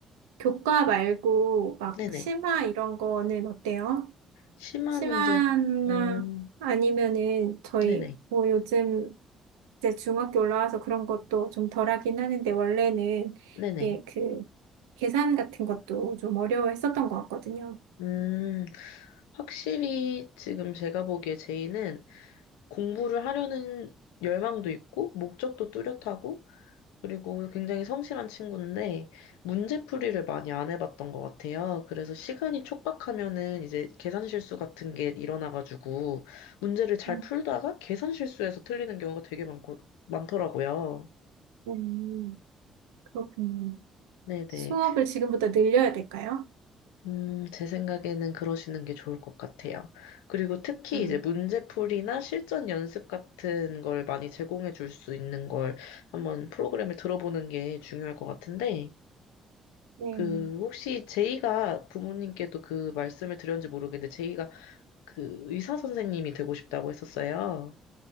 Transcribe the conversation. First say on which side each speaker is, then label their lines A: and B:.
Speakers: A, on the right (about 80°); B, on the left (about 80°).
A: 교과 말고 막
B: 네네.
A: 심화 이런 거는 어때요?
B: 심화
A: 심화나
B: 문제, 음,
A: 아니면은 저희
B: 네네,
A: 뭐 요즘 이제 중학교 올라와서 그런 것도 좀 덜하긴 하는데 원래는
B: 네네.
A: 이게 그 계산 같은 것도 좀 어려워했었던 것 같거든요.
B: 음, 확실히 지금 제가 보기에 제이는 공부를 하려는 열망도 있고, 목적도 뚜렷하고, 그리고 굉장히 성실한 친구인데 문제풀이를 많이 안 해봤던 것 같아요. 그래서 시간이 촉박하면은 이제 계산 실수 같은 게 일어나가지고 문제를 잘
A: 음,
B: 풀다가 계산 실수해서 틀리는 경우가 되게 많고, 많더라고요.
A: 음, 그렇군요.
B: 네네.
A: 수업을 지금부터 늘려야 될까요?
B: 음, 제 생각에는 그러시는 게 좋을 것 같아요. 그리고 특히
A: 아,
B: 이제 문제풀이나 실전 연습 같은 걸 많이 제공해 줄 수 있는 걸 한번 프로그램을 들어보는 게 중요할 것 같은데
A: 네.
B: 그 혹시 제이가 부모님께도 그 말씀을 드렸는지 모르겠는데 제이가 그 의사 선생님이 되고 싶다고 했었어요.